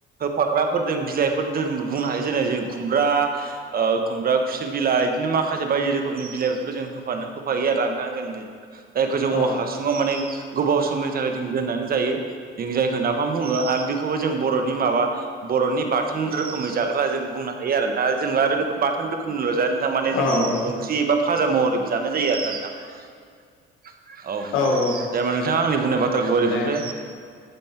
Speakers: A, on the right (about 45°); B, on the left (about 80°).
A: फाग्राफोरजों बिलाइफोर द बुंनो हायो जेनै जों खुमब्रा ओ खुमब्रा खुसेर बिलाइ बिदिनो माखासे बायदि रोखोमनि बिलाइफोरखौ जों होफानो होफायो आरो नोंथां जों दा गोजौ
B: औ
A: औवा हासुङाव माने गोबाव समनि थाखाय जों दोननानै जायो जों जायखौ नाफाम बुङो आरो बेखौबो जों बर'नि माबा बर'नि बाथोन रोखोमै जाग्रा जों बुंनो हायो आरो दा जों आरो बाथोन रोखोम ल'जाया नों थारमाने जों
B: औ औ
A: ओंख्रि एबा फाजा महरैबो जानाय जायो आरोना नोंथां औ नोंथां
B: औ औ
A: जेनेबा नोंथाङा आंनि बुंनायबाथ' बाथ्राखौ बोरै
B: दे
A: मोनखो